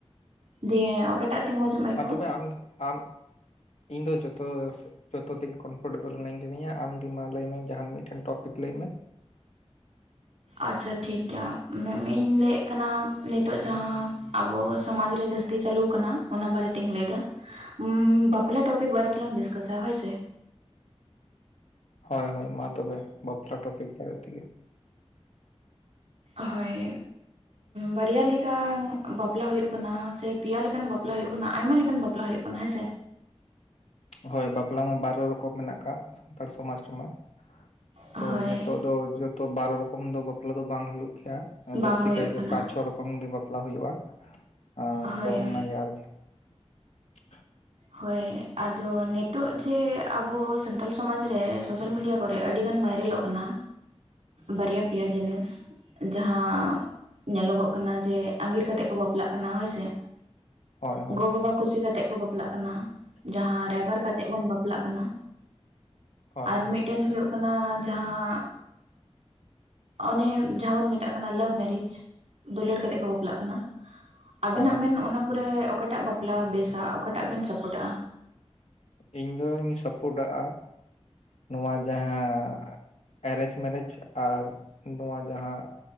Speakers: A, on the right; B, on the left.
A: ᱫᱮᱭᱮ ᱚᱠᱟᱴᱟᱜ ᱛᱮ ᱢᱚᱡᱮᱢ ᱟᱹᱭᱠᱟᱹᱣᱟ?
B: ᱢᱟ ᱛᱚᱵᱮ ᱟᱢ ᱟᱢ ᱤᱧ ᱫᱚ ᱡᱩᱛᱚ ᱡᱩᱛᱚ ᱛᱮᱜᱮ ᱠ ᱯᱷᱩᱴᱮᱵᱚᱞ ᱤᱱᱟᱹᱧ ᱠᱟᱹᱫᱤᱧᱟ ᱟᱢᱜᱮ ᱢᱟ ᱞᱟᱹᱭᱢᱮ ᱡᱟᱦᱟᱱ ᱢᱤᱫᱴᱮᱱ ᱴᱚᱯᱤᱠ ᱞᱟᱹᱭ ᱢᱮ ᱾
A: ᱟᱪᱪᱷᱟ ᱴᱷᱤᱠᱜᱮᱭᱟ ᱢᱮ ᱢᱤ ᱤᱧ ᱞᱟᱹᱭᱮᱫ ᱠᱟᱱᱟ ᱱᱤᱛᱚᱜ ᱡᱟᱦᱟᱸ ᱟᱵᱚ ᱥᱚᱢᱟᱡᱽ ᱨᱮ ᱡᱟᱹᱥᱛᱤ ᱪᱟᱹᱞᱩ ᱠᱟᱱᱟ ᱚᱱᱟ ᱵᱟᱨᱮ ᱛᱤᱧ ᱞᱟᱹᱭ ᱮᱫᱟ ᱾ ᱩᱸᱵᱟᱯᱞᱟ ᱴᱚᱯᱤᱠ ᱵᱟᱨᱮ ᱛᱮᱞᱟᱝ ᱰᱤᱥᱠᱟᱥᱟ ᱦᱳᱭ ᱥᱮ ᱾
B: ᱦᱳᱭ ᱦᱳᱭ ᱢᱟ ᱛᱚᱵᱮ ᱵᱟᱯᱞᱟ ᱴᱚᱯᱤᱠ ᱵᱟᱨᱮ ᱛᱮᱜᱮ ᱾
A: ᱦᱳᱭ ᱵᱟᱨᱭᱟ ᱞᱤᱠᱟ ᱵᱟᱯᱞᱟ ᱦᱩᱭᱩᱜ ᱠᱟᱱᱟ ᱥᱮ ᱯᱤᱭᱟ ᱞᱮᱠᱟᱱ ᱵᱟᱯ ᱯᱞᱟ ᱦᱩᱭᱩᱜ ᱠᱟᱱᱟ ᱟᱭᱢᱟ ᱞᱮᱠᱟᱱ ᱵᱟᱯᱞᱟ ᱦᱩᱭᱩᱜ ᱠᱟᱱᱟ ᱦᱮᱸ ᱥᱮ ᱾
B: ᱦᱳᱭ ᱵᱟᱯᱞᱟ ᱢᱟ ᱵᱟᱨᱚ ᱨᱚᱠᱚᱢ ᱢᱮᱱᱟᱜ ᱟᱠᱟᱜ ᱥᱟᱱᱛᱟᱲ ᱥᱚᱢᱟᱡᱽ ᱨᱮᱢᱟ ᱾
A: ᱦᱳᱭ
B: ᱛᱚ ᱱᱤᱛᱚᱜ ᱫᱚ ᱡᱚᱛᱚ ᱵᱟᱨᱚ ᱨᱚᱠᱚᱢ ᱫᱚ ᱵᱟᱯᱞᱟ ᱫᱚ ᱵᱟᱝ ᱦᱩᱭᱩᱜ ᱜᱮᱭᱟ ᱾
A: ᱵᱟᱝ
B: ᱡᱟᱹᱥᱛᱤ
A: ᱦᱩᱭᱩᱜ
B: ᱠᱟᱭᱛᱮ
A: ᱠᱟᱱᱟ
B: ᱯᱟᱸᱪ ᱪᱷᱚ ᱨᱚᱠᱚᱢ ᱜᱮ ᱵᱟᱯᱞᱟ ᱦᱩᱭᱩᱜᱼᱟ ᱟᱛᱚ
A: ᱦᱳᱭ ᱦᱳᱭ
B: ᱚᱱᱟᱜᱮ ᱟᱨᱠᱤ <unintelligible>
A: ᱦᱳᱭ ᱟᱫᱚ ᱱᱤᱛᱚᱜ ᱡᱮ ᱟᱵᱚ ᱥᱟᱱᱛᱟᱞ ᱥᱚᱢᱟᱡᱽ ᱨᱮ ᱥᱳᱥᱟᱞ ᱢᱤᱰᱤᱭᱟ ᱠᱚᱨᱮ ᱟᱹᱰᱤ ᱜᱟᱱ ᱵᱷᱟᱭᱨᱟᱞᱚᱜ ᱠᱟᱱᱟ ᱵᱟᱨᱭᱟ ᱯᱮᱭᱟ ᱡᱤᱱᱤᱥ ᱡᱟᱦᱟᱸ ᱧᱮᱞᱚᱜᱚᱜ ᱠᱟᱱᱟ ᱡᱮ ᱟᱸᱜᱤᱨ ᱠᱟᱛᱮᱜ ᱠᱚ ᱵᱟᱯᱞᱟᱜ ᱠᱟᱱᱟ ᱦᱳᱭᱥᱮ
B: ᱦᱳᱭ ᱦᱳᱭ
A: ᱜᱚ ᱵᱟᱵᱟ ᱠᱩᱥᱤ ᱠᱟᱛᱮ ᱠᱚ ᱵᱟᱯᱞᱟᱜ ᱠᱟᱱᱟ ᱡᱟᱦᱟᱸ ᱨᱟᱭᱵᱟᱨ ᱠᱟᱛᱮ ᱛᱮᱜ ᱵᱚᱱ ᱵᱟᱯᱞᱟᱜ ᱠᱟᱱᱟ
B: ᱦᱳᱭ
A: ᱟᱨ
B: ᱦᱳᱭ
A: ᱢᱤᱫᱴᱮᱱ ᱦᱩᱭᱩᱜ ᱠᱟᱱᱟ ᱡᱟᱦᱟᱸ ᱚᱱᱮ ᱡᱟᱦᱟᱸ ᱵᱚᱱ ᱢᱮᱛᱟᱜ ᱠᱟᱱᱟ ᱞᱟᱵᱷ ᱢᱮᱨᱤᱡ ᱫᱩᱞᱟᱹᱲ ᱠᱟᱛᱮᱜ ᱠᱚ ᱵᱟᱯᱞᱟᱜ ᱠᱟᱱᱟ ᱟᱵᱤᱱᱟᱜ
B: ᱦᱳᱭ
A: ᱢᱮᱱ ᱚᱱᱟ ᱠᱚᱨᱮ ᱚᱠᱟᱴᱟᱜ ᱵᱟᱯᱞᱟ ᱵᱮᱥᱟ ᱚᱠᱟᱴᱟᱜ ᱵᱮᱱ ᱥᱟᱯᱚᱴᱟᱜᱼᱟ
B: ᱤᱧ ᱫᱚᱧ ᱥᱟᱯᱩᱰᱟᱜᱼᱟ ᱱᱚᱣᱟ ᱡᱟᱦᱟᱸ ᱮᱨᱮᱧᱡᱽ ᱢᱮᱨᱮᱡᱽ ᱟᱨ ᱱᱚᱣᱟ ᱡᱟᱦᱟᱸ